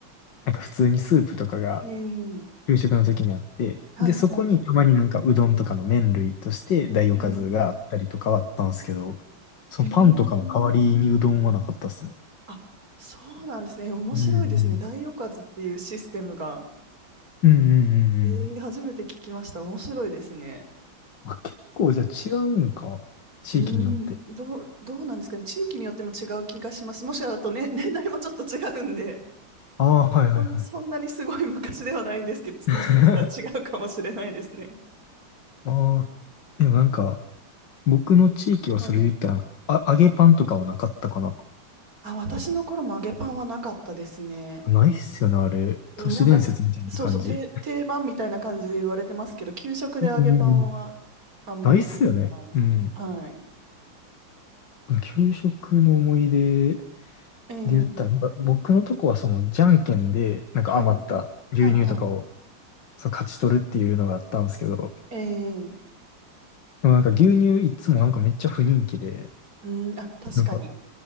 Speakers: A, on the left; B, on the right.
A: なんか普通にスープとかが
B: えー、
A: 給食の時にあって、
B: はい、
A: で、そこにたまになんかうどんとかの麺類として大おかずがあったりとかはあったんですけど、
B: はい。えー
A: そのパンとかの代わりにうどんはなかったっすね。
B: えーあ、そうなんですね。面白いですね。
A: うんうん。
B: 大おかずっていうシステムが。
A: うんうんうんう
B: えー初めて聞きました。
A: ん。
B: 面白いですね。
A: あ、結構じゃあ違うんか。地域によって。
B: うん、どう、どうなんですかね。地域によっても違う気がします。もしかだとね、<laughs> 年代もちょっと違うんで、
A: ああ、はいはいはい。
B: そ、そんなにすごい昔ではないんですけど、
A: <laughs>
B: もしかしたら違うかもしれないですね。
A: ああ、でもなんか、僕の地域はそれで言ったら、
B: はい。
A: あ、揚げパンとかはなかったかな。
B: あ、私の頃も揚げパンはなかったですね。
A: ないっすよね、あれ。
B: うん、
A: 都市伝説みたいな感じ。
B: なんか、そうそう、定、定番みたいな感じで言われてますけど、給食で揚げパンは
A: うんうんうん。
B: あんまり聞いたことないですね。
A: ないっすよね。うん。
B: はい。
A: 給食の思い出で
B: えー、
A: 言ったら、なんか僕のとこはその、じゃんけんで、なんか余った牛乳とかを、
B: はい。はい、はい。
A: その勝ち取るっていうのがあったんですけど、
B: えー、
A: でもなんか牛乳いつもなんかめっちゃ不人気で、
B: うん、あ、確かに。
A: なんか、